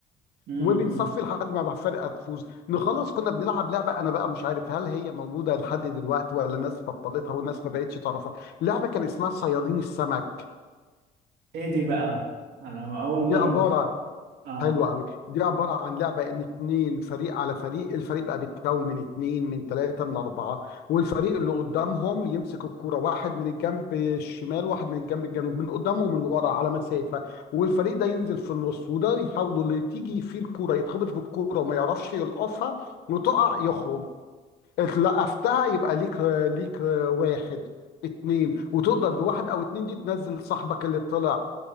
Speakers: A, on the right (about 80°); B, on the left (about 70°).
A: امم
B: وبنصفي
A: إمم.
B: لحد ما بقى فرقه تفوز نخلص كنا بنلعب لعبه انا بقى مش عارف هل هي موجوده لحد دلوقتي ولا الناس بطلتها والناس ما بقتش تعرفها لعبه كان اسمها صيادين السمك
A: إيه دي بقى على أول
B: دي
A: مرة
B: عباره
A: ممكن أه
B: حلو قوي دي عباره عن لعبه ان اتنين فريق على فريق الفريق بقى بيتكون من اتنين من تلاته من اربعه والفريق اللي قدامهم يمسك الكوره واحد من الجنب الشمال واحد من الجنب الجنوب من قدامه ومن ورا على مسافه والفريق ده ينزل في النص وده يحاولوا اللي تيجي فيه الكوره يتخبط بالكوره وما يعرفش يلقفها وتقع يخرج اتلقفتها يبقى ليك ليك واحد اتنين وتقدر بواحد او اتنين دي تنزل صاحبك اللي طلع